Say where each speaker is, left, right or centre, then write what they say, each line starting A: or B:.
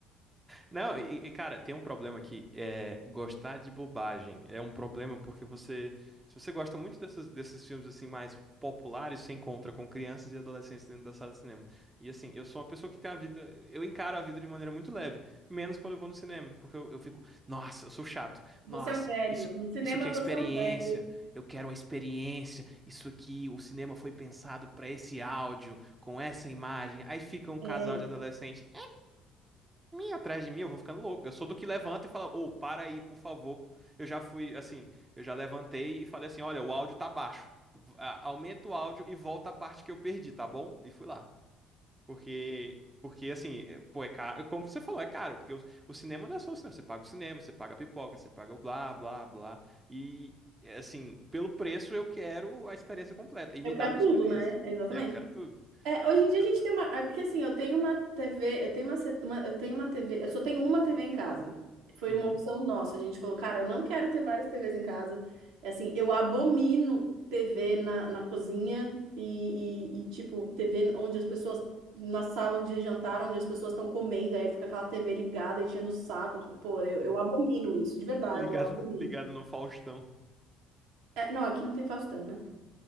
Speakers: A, on the right (about 20°); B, on the right (about 60°).
A: Não, e, e, cara, tem um problema aqui, é gostar de bobagem. É um problema porque você, se você gosta muito dessas- desses filmes assim mais populares, você encontra com crianças e adolescentes dentro da sala de cinema. E assim, eu sou uma pessoa que tem a vida, eu encaro a vida de maneira muito leve, menos quando eu vou no cinema, porque eu, eu fico, nossa, eu sou chato.
B: Você
A: Nossa,
B: é um velho.
A: isso
B: No cinema
A: Isso que é
B: você
A: experiência,
B: é um velho.
A: eu quero a experiência. Isso aqui, o cinema foi pensado pra esse áudio, com essa imagem. Aí fica um casal
B: É,
A: de adolescente atrás de mim, eu vou ficando louco. Eu sou do que levanta e fala, ô, para aí, por favor. Eu já fui, assim, eu já levantei e falei assim, olha, o áudio tá baixo. V- a- Aumenta o áudio e volta a parte que eu perdi, tá bom? E fui lá. Porque, porque assim, é- pô, é caro, como você falou, é caro, porque o, o cinema não é só o cinema, você paga o cinema, você paga a pipoca, você paga o blá, blá, blá. E, é, assim, pelo preço eu quero a experiência completa e me
B: eu quero
A: dá a minha
B: tudo,
A: experiência.
B: né? Exatamente.
A: É, eu quero tudo.
B: É, hoje em
A: Então,
B: dia a gente tem uma. É porque assim, eu tenho uma TV, eu tenho uma, se- uma- eu tenho uma TV, eu só tenho uma TV em casa. Foi
A: uhum.
B: uma opção nossa. A gente falou, cara, eu não quero ter várias TVs em casa. É Assim, eu abomino TV na, na cozinha e, e, e, tipo, TV onde as pessoas. Na sala de jantar, onde as pessoas estão comendo, aí fica aquela TV ligada, enchendo o saco. Tipo, pô, eu, eu abomino isso, de verdade,
A: Ligado,
B: eu abomino.
A: ligado no Faustão.
B: É, não, aqui não tem Faustão, né?